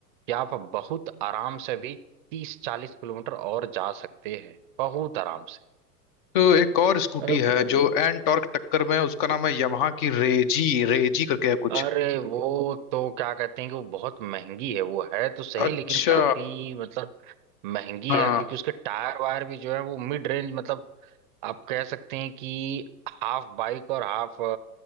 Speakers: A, on the right; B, on the left.
A: कि आप बहुत आराम से भी तीस चालीस किलोमीटर और जा सकते हैं बहुत आराम
B: तो एक और स्कूटी
A: से
B: है जो एन टॉर्क टक्कर में है, उसका नाम है यamaहा की रेजी रेजी करके है कुछ
A: अरे वो तो क्या कहते हैं कि वो बहुत महंगी है वो है तो सही
B: अच्छा
A: लेकिन काफी मतलब महंगी
B: हाँ
A: है क्योंकि उसके टायर वायर भी जो है वो मिड रेंज मतलब आप कह सकते हैं कि हाफ बाइक और हाफ